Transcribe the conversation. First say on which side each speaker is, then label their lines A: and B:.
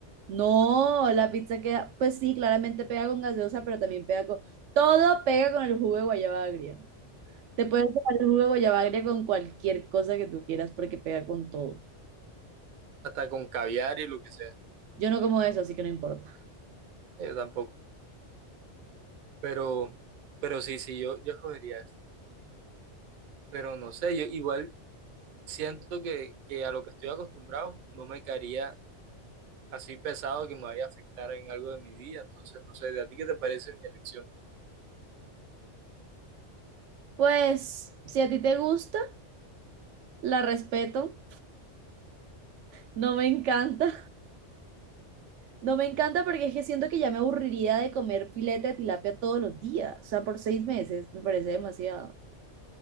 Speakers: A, on the right; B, on the right.
A: No, la pizza queda, pues sí, claramente pega con gaseosa, pero también pega con... Todo pega con el jugo de guayaba agria. Te puedes tomar el jugo de guayabagria con cualquier cosa que tú quieras porque pega con todo.
B: hasta con caviar y lo que sea.
A: Yo no como eso, así que no importa.
B: Yo tampoco. Pero, pero sí, sí, yo, yo escogería eso. Pero no sé, yo igual siento que, que a lo que estoy acostumbrado no me caería así pesado que me vaya a afectar en algo de mi día. Entonces, no sé, ¿de a ti qué te parece mi elección?
A: Pues, si a ti te gusta, la respeto. No me encanta. No me encanta porque es que siento que ya me aburriría de comer filete de tilapia todos los días. O sea, por seis meses me parece demasiado.